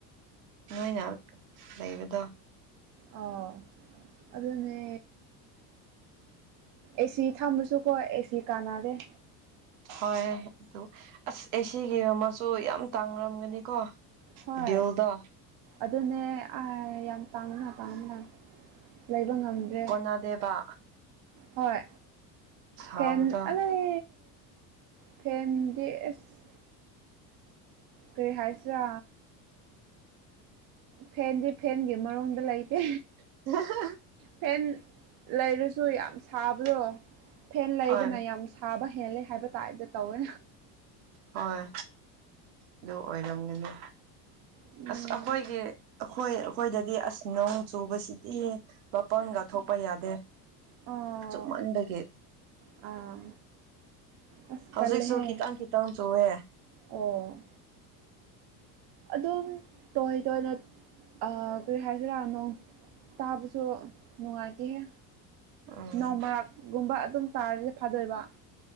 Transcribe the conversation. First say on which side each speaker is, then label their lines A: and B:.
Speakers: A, on the right; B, on the right.
A: ꯅꯣꯏꯅ ꯂꯩꯕꯗꯣ
B: ꯑꯥꯎ ꯑꯗꯨꯅꯦ ꯑꯦꯁꯤ ꯊꯝꯃꯁꯨꯀꯣ ꯑꯦꯁꯤ ꯀꯥꯟꯅꯗ‌ꯦ
A: ꯍꯣꯏ ꯑꯗꯨ ꯑꯁ ꯑꯦ ꯁꯤꯒꯤꯃꯁꯨ ꯌꯥꯝ ꯇꯥꯡꯅꯔꯝꯒꯅꯤꯀꯣ
B: ꯍꯣꯏ
A: ꯗ‌ꯦꯜꯗ
B: ꯑꯗꯨꯅꯦ ꯑꯥꯏ ꯌꯥꯝ ꯇꯥꯡꯅ ꯇꯥꯡꯅ ꯂꯩꯕ ꯉꯝꯗ꯭ꯔꯦ
A: ꯅꯗꯦꯕ
B: ꯍꯣꯏ
A: ꯁꯥꯕꯗ
B: ꯐꯦꯟ ꯑꯂꯩ ꯐꯦꯟꯗꯤ ꯑꯦꯁ ꯀꯔꯤ ꯍꯥꯏꯁꯤꯔꯥ ꯐꯦꯟꯗꯤ ꯐꯦꯟꯒꯤ ꯃꯔꯨꯡꯗ ꯂꯩꯇꯦ
A: <unintelligible>
B: ꯐꯦꯟ ꯂꯩꯔꯁꯨ ꯌꯥꯝ ꯁꯥꯕꯗꯣ ꯐꯦꯟ ꯂꯩꯕꯅ
A: ꯍꯣꯏ
B: ꯌꯥꯝ ꯁꯥꯕ ꯍꯦꯜꯂꯦ ꯍꯥꯏꯕ ꯇꯥꯏꯞꯗ ꯇꯧꯋꯦ
A: ꯍꯣꯏ ꯑꯗꯨ ꯑꯣꯏꯔꯝꯒꯅꯤ
B: ꯎꯝ
A: ꯑꯁ ꯑꯩꯈꯣꯏꯒꯤ ꯑꯩꯈꯣꯏ ꯑꯩꯈꯣꯏꯗꯗꯤ ꯑꯁ ꯅꯣꯡ ꯆꯨꯕꯁꯤꯗꯤ ꯃꯄꯥꯟꯒꯥꯊꯣꯛꯄ ꯌꯥꯗꯦ
B: ꯑꯣ
A: ꯆꯨꯞꯃꯟꯕꯒꯤ
B: ꯑꯥ ꯑꯁ
A: ꯍꯧꯖꯤꯛꯁꯨ
B: ꯇꯜꯂꯦꯍꯦ
A: ꯈꯤꯇꯪ ꯈꯤꯇꯪ ꯆꯨꯑꯦ
B: ꯑꯣ ꯑꯗꯨꯝ ꯇꯣꯏꯍ ꯇꯣꯏꯅ ꯑꯥ ꯀꯔꯤ ꯍꯥꯏꯖꯔꯥ ꯅꯣꯡ ꯇꯥꯕꯁꯨ ꯅꯨꯡꯉꯥꯏꯇ‌ꯦꯍ‌ꯦ
A: ꯎꯝ
B: ꯅꯣꯡ ꯃꯔꯥꯛꯀꯨꯝꯕ ꯑꯗꯨꯝ ꯇꯥꯔꯗꯤ ꯐꯥꯗꯣꯏꯕ